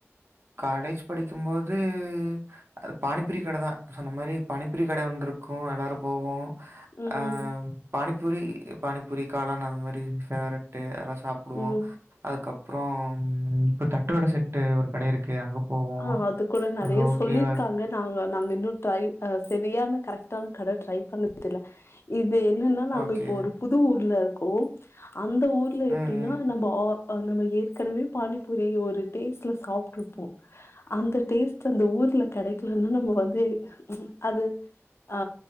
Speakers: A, on the right; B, on the left.
A: காலேஜ் படிக்கும்போது ஆ பானிப்பூரி கடைதா சொன்ன மாரி பானிப்பூரி கட ஒன்ருக்கு எல்லாரு போவோ
B: ம்
A: ஆ பானிபூரி பானிபூரி காளான் அந்த மாரி ஃபேவரட்டு அதெல்லா சாப் புடுவோ
B: ம்
A: அதுக்கப்புறம் இப்ப தட்டுவட செட்டு ஒரு கட இருக்கு அங்க போவோம்.
B: ஆ அது கூட நெறைய
A: அங்க ஓகேவா
B: சொல்லிருக்காங்க
A: இருக்கும்.
B: நாங்க நாங்க இன்னு ட்ரை ஆ சரியான கரெக்டான கட ட்ரை பண்ணதுல்ல இது என்னன்னா நாங்க
A: ஓகே.
B: இப்போ ஒரு புது ஊர்ல இருக்கோ அந்த ஊர்ல
A: ம், ம்.
B: எப்டின்னா நம்போ ஆ ஆ நம்ம ஏற்கனவே பானிபூரி ஒரு டேஸ்ட்ல சாப்ட்ருப்போ அந்த டேஸ்ட் அந்த ஊர்ல கெடைக்கலன்னா நம்ம வந்து அது ஆ